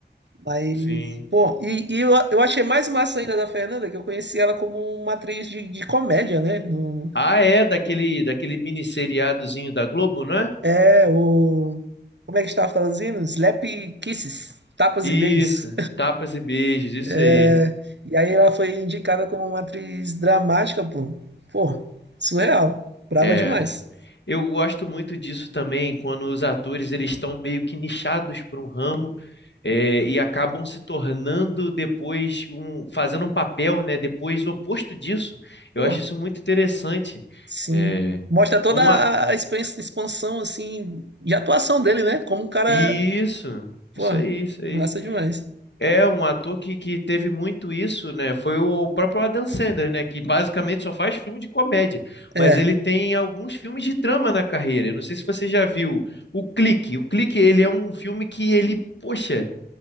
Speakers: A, on the right; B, on the left.
A: Mas,
B: sim.
A: pô, e, e eu, eu achei mais massa ainda da Fernanda, que eu conheci ela como uma atriz de, de comédia, né? No,
B: Ah, é daquele, daquele mini seriadozinho da Globo, não é?
A: é, o. Como é que estava traduzindo? Slap Kisses, tapas
B: Isso.
A: e beijos.
B: Tapas e beijos, isso
A: É,
B: aí.
A: e aí ela foi indicada como uma atriz dramática, pô. Pô, surreal. Brava
B: É.
A: demais.
B: Eu gosto muito disso também, quando os atores eles estão meio que nichados por um ramo eh, e acabam se tornando depois um, fazendo um papel, né, depois oposto disso. Eu
A: Pô,
B: acho isso muito interessante.
A: sim.
B: É,
A: Mostra toda
B: um
A: a
B: a-
A: a expan- expansão, assim, de atuação dele, né? Como o cara.
B: Isso,
A: Pô,
B: isso aí, isso aí.
A: massa demais.
B: É um ator que, que teve muito isso, né? Foi o próprio Adam Sandler, né? Que basicamente só faz filme de comédia,
A: É.
B: mas ele tem alguns filmes de drama na carreira. Eu não sei se você já viu O Clique. O Clique, ele é um filme que ele, poxa,